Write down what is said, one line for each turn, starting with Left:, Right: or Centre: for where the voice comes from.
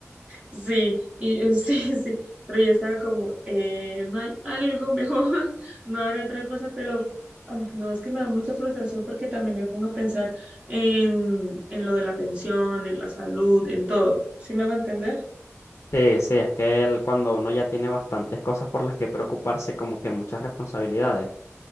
Right: Sí, y <laughs> eh, sí, sí, pero yo estaba como, eh, no hay algo mejor, <laughs> no habrá otra cosa, pero ah, no, es que me da mucha frustración porque también me pongo a pensar en, en lo de la pensión, en la salud, en todo. ¿Sí me hago entender?
Left: Sí, sí, es que el- cuando uno ya tiene bastantes cosas por las que preocuparse, como que muchas responsabilidades.